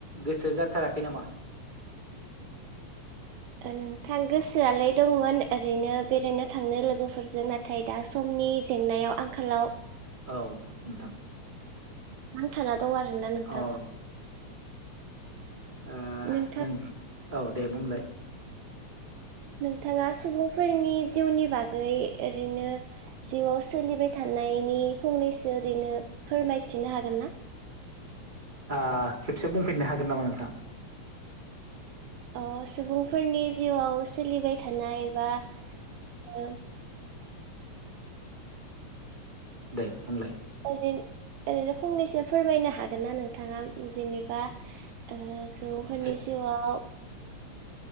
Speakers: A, on the right; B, on the right.
A: गोसो जाथाराखै नामा?
B: नोंथां गोसोआलाय दंमोन ओरैनो बेरायनो थांनो लोगोफोरजों नाथाय दा समनि जेंनायाव आंखालाव
A: औ नोंथां
B: थांआ दं आरोना नोंथां
A: अ आ
B: नोंथां
A: नों औ दे बुंलाय
B: नोंथाङा सुबुंफोरनि जिउनि बागै ओरैनो जिउआव सोलिबाय थानायनि फंनैसो ओरैनो फोरमायथिनो हागोन ना?
A: ओ खेबसे बुंफिननो हागोन नामा नोंथाङा?
B: अ सुबुंफोरनि जिउआव सोलिबाय थानाय बा औ
A: दे बुंंलाय
B: ओरै ओरैनो फंनैसो फोरमायनो हागोन ना नोंथाङा जेनेबा ओ सुबुंफोरनि
A: जे
B: जिउआव